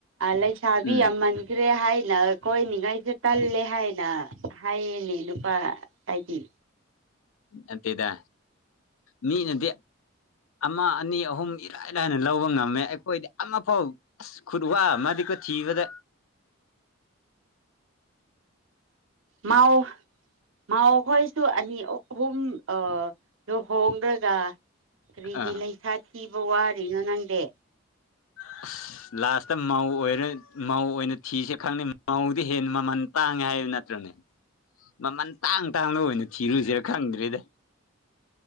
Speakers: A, on the right; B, on the left.
A: ꯂꯩꯁꯥꯕꯤ
B: ꯎꯝ
A: ꯌꯥꯝꯃꯥꯟ ꯀꯔꯤ ꯍꯥꯏꯅ ꯀꯣꯏꯅꯤꯡꯉꯥꯏꯁꯦ ꯇꯜꯂꯦ ꯍꯥꯏꯅ ꯍꯥꯏꯔꯤꯅꯦ ꯅꯨꯄꯥ ꯍꯥꯏꯗꯤ
B: ꯅꯠꯇꯦꯗ ꯃꯤꯅꯥꯗꯤ ꯑꯃ ꯑꯅꯤ ꯑꯍꯨꯝ ꯏꯔꯥꯏ ꯂꯥꯏꯅ ꯂꯧꯕ ꯉꯝꯃꯦ ꯑꯩꯈꯣꯏꯗꯤ ꯑꯃꯐꯥꯎ ꯑꯁ ꯈꯨꯠ ꯋꯥ ꯃꯥꯗꯤꯀꯣ ꯊꯤꯕꯗ
A: ꯃꯥꯎ ꯃꯥꯎꯈꯣꯏꯁꯨ ꯑꯅꯤ ꯑꯍꯨꯝ ꯑ ꯂꯨꯍꯣꯡꯂꯒ ꯀꯔꯤꯒꯤ
B: ꯑꯥ
A: ꯂꯩꯁꯥ ꯊꯤꯕ ꯋꯥꯔꯤꯅꯣ ꯅꯪꯗꯤ
B: ꯑꯁ ꯂꯥꯁꯇ ꯃꯧ ꯑꯣꯏꯅ ꯃꯧ ꯑꯣꯏꯅ ꯊꯤꯁꯦ ꯈꯪꯅꯩ ꯃꯧꯗꯤ ꯍꯦꯟꯅ ꯃꯃꯟ ꯇꯥꯡꯉꯦ ꯍꯥꯏꯕ ꯅꯠꯇ꯭ꯔꯅꯦ ꯃꯃꯜ ꯇꯥꯡ ꯇꯥꯡꯅ ꯑꯣꯏꯅ ꯊꯤꯔꯨꯁꯤꯔꯥ ꯈꯪꯗ꯭ꯔꯦꯗ